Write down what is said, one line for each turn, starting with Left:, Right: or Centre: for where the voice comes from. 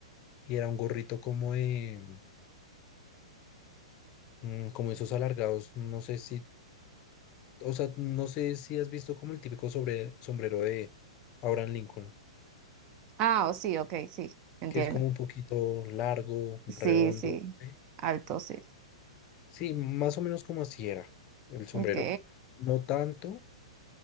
Left: y era un gorrito como de, mm, como esos alargados. No sé si, o sea, no sé si has visto como el típico sobre, sombrero de Abraham Lincoln,
Right: Ah, oh, sí, ok, sí, entiendo.
Left: que es como un poquito largo, redondo.
Right: Sí, sí,
Left: Sí,
Right: alto, sí.
Left: Sí, más o menos como así era el sombrero.
Right: Ok.
Left: No tanto,